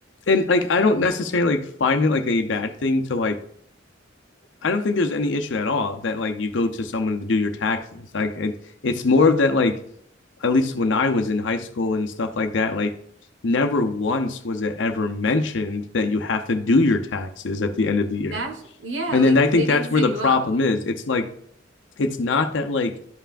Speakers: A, on the left; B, on the right.
A: and like i don't necessarily like find it like a bad thing to like I don't think there's any issue at all that like you go to someone to do your taxes. Like it, it's more of that like at least when I was in high school and stuff like that, like never once was it ever mentioned that you have to do your taxes at the end of the year.
B: That's, yeah,
A: And
B: like,
A: then I
B: they
A: think
B: didn't
A: that's
B: set
A: where the
B: you
A: problem
B: up.
A: is. It's like it's not that like